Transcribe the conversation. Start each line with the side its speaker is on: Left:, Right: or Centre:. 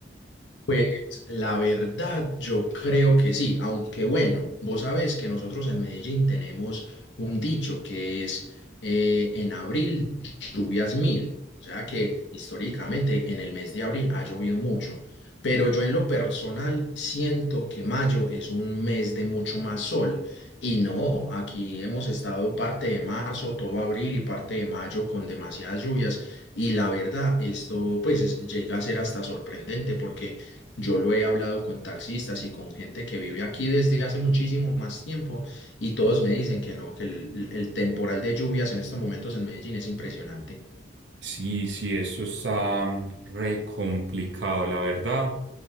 Left: Pues la verdad, yo creo que sí, aunque bueno, vos sabés que nosotros en Medellín tenemos un dicho que es eh, en abril lluvias mil, o sea que históricamente en el mes de abril ha llovido mucho, pero yo en lo personal siento que mayo es un mes de mucho más sol y no, aquí hemos estado parte de marzo, todo abril y parte de mayo con demasiadas lluvias y la verdad, esto pues es- llega a ser hasta sorprendente porque... Yo lo he hablado con taxistas y con gente que vive aquí desde hace muchísimo más tiempo y todos me dicen que no, que el, el temporal de lluvias en estos momentos en Medellín es impresionante.
Right: Sí, sí, eso está mm, re complicado, la verdad.